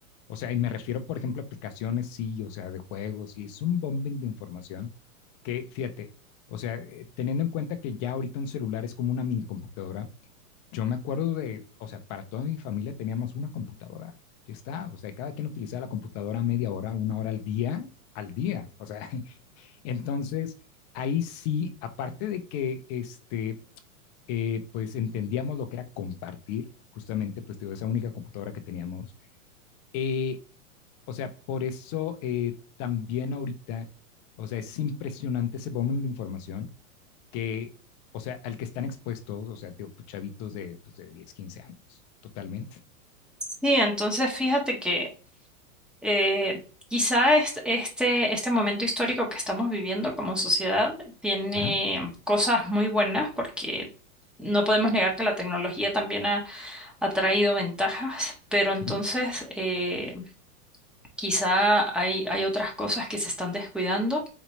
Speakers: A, on the left (about 25°); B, in the centre.
A: O sea, y me refiero, por ejemplo, a aplicaciones, sí, o sea, de juegos, y es un bombing de información que, fíjate, o sea, eh, teniendo en cuenta que ya ahorita un celular es como una minicomputadora, yo me acuerdo de, o sea, para toda mi familia teníamos una computadora. Ya está, o sea, cada quien utilizaba la computadora media hora, una hora al día, al día. O sea, <laughs> entonces ahí sí, aparte de que este, eh, pues entendíamos lo que era compartir, justamente, pues digo, esa única computadora que teníamos. Eh, o sea, por eso eh, también ahorita, o sea, es impresionante ese volumen de información que, o sea, al que están expuestos, o sea, tío, pues, chavitos de, pues, de diez quince años, totalmente.
B: Sí, entonces fíjate que eh, quizá est- este, este momento histórico que estamos viviendo como sociedad tiene
A: Ajá,
B: cosas muy buenas porque no podemos negar que la tecnología también ha, ha traído ventajas, pero entonces
A: ujú,
B: eh, quizá hay, hay otras cosas que se están descuidando